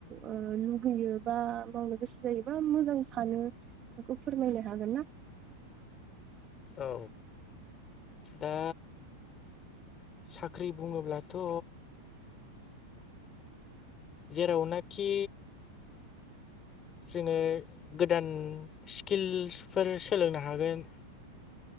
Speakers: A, on the right (about 30°); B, on the left (about 25°).
A: ओ लुगैयो बा मावनो गोसो जायोबा मोजां सानो? बेखौ फोरमायनो हागोन ना?
B: औ दा साख्रि बुङोब्लाथ' जेरावनाखि जोङो गोदान स्किल्सफोर सोलोंनो हागोन